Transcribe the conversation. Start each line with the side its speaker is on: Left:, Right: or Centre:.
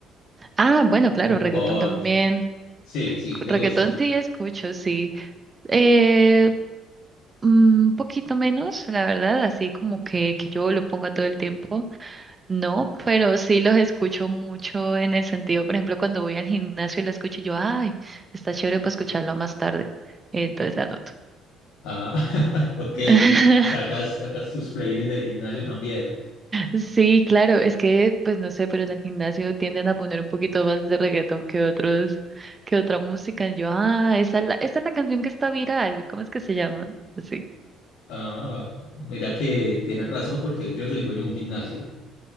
Right: Ah, bueno, claro,
Left: un
Right: reggaetón
Left: pop.
Right: también.
Left: Sí, sí, sí
Right: Reggaetón
Left: te gusta.
Right: sí escucho, sí. Eh, un poquito menos, la verdad, así como que, que yo lo ponga todo el tiempo. No, pero sí los escucho mucho en el sentido, por ejemplo, cuando voy al gimnasio y la escucho, y yo, ay, está chévere para escucharla más tarde. eh, Entonces la anoto.
Left: Ah, <laughs> ok.
Right: <laughs>
Left: Sacas, sacas tus playlists del gimnasio también.
Right: Sí, claro, es que, pues no sé, pero en el gimnasio tienden a poner un poquito más de reggaetón que otros, que otra música. Y Yo, ah, esa es la, esta es la canción que está viral. ¿Cómo es que se llama? Sí.
Left: Ah, mira que tienes razón porque yo soy dueño de un gimnasio.